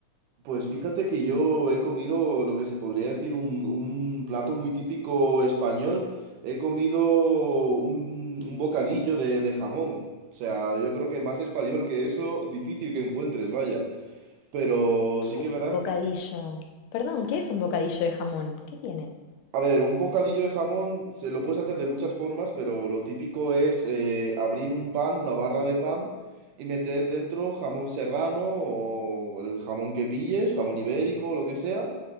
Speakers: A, on the right; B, on the left.
A: Pues fíjate que yo he comido lo que se podría decir un, un plato muy típico español. He comido un, un bocadillo de, de jamón. O sea, yo creo que más español que eso, difícil que encuentres, vaya. Pero
B: ¿Qué
A: sí que
B: es
A: es verdad
B: un bocadillo?
A: que...
B: Perdón, ¿qué es un bocadillo de jamón? ¿Qué tiene?
A: A ver, un bocadillo de jamón se lo puedes hacer de muchas formas, pero lo típico es eh, abrir un pan, una barra de pan, y meter dentro jamón serrano o el jamón que pilles, jamón ibérico lo que sea,